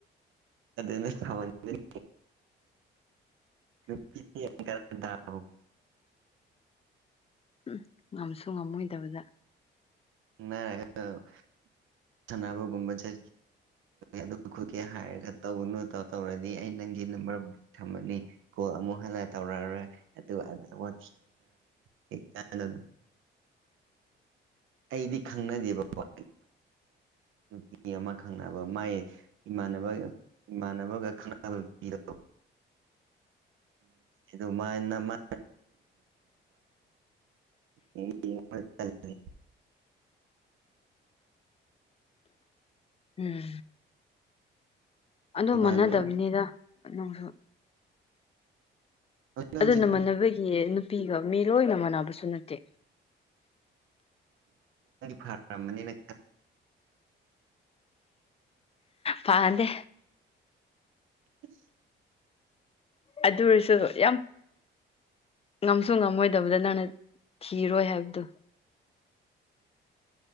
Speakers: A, on the right; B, on the left.
A: ꯑꯗꯨ ꯊ <unintelligible> ꯅꯨꯄꯤꯡ ꯀ <unintelligible>
B: ꯎꯝ ꯉꯝꯁꯨ ꯉꯝꯃꯣꯏꯗꯕꯗ
A: ꯅꯥꯕꯕ <unintelligible> ꯑꯗꯨ ꯈꯣꯠꯀꯦ ꯍꯥꯏꯔꯒ ꯇꯧꯅꯨ ꯇꯧ ꯇꯧꯔꯗꯤ ꯑꯩ ꯅꯪꯒꯤ ꯅꯝꯕꯔ ꯊꯝꯃꯅꯤ ꯀꯣ ꯑꯃꯨꯛ ꯍꯜꯂ ꯇꯧꯔꯛꯑꯔꯣꯏ ꯑꯗꯨꯒ ꯑ ꯊꯤꯗꯅ <unintelligible> ꯑꯩꯗꯤ ꯈꯪꯅꯗꯦꯕꯀꯣ ꯅꯨꯄꯤ ꯑꯃ ꯈꯪꯅꯕ ꯃꯥꯏ <unintelligible> ꯏꯃꯥꯟꯅꯕꯒ ꯏꯃꯥꯟꯅꯕꯒ ꯈꯪꯅꯕ ꯄꯤꯔ ꯉ ꯃꯥ <inaudible>
B: ꯎꯝ ꯑꯗꯨ
A: ꯏꯃꯥꯟꯅꯕ
B: ꯃꯥꯟꯅꯗꯕꯅꯤꯗ ꯅꯅꯨꯡꯁꯨ
A: ꯍꯧꯖꯤꯛꯀꯥꯟꯁꯦ
B: ꯑꯗꯨ ꯅ ꯃꯥꯟꯅꯕꯒꯤ ꯅꯨꯄꯤꯒ ꯃꯤ ꯂꯣꯏꯅ ꯃꯥꯟꯅꯕꯁꯨ ꯅꯠꯇꯦ
A: ꯐꯥꯔꯅꯤꯅ
B: ꯄꯥꯗꯦ
A: ꯑ
B: ꯑꯗꯨ ꯑꯣꯏꯔꯁꯨ ꯌꯥꯝ ꯉꯝꯁꯨ ꯉꯝꯃꯣꯏꯗꯕꯗ ꯅꯪꯅ ꯊꯤꯔꯣꯏ ꯍꯥꯏꯕꯗꯨꯣ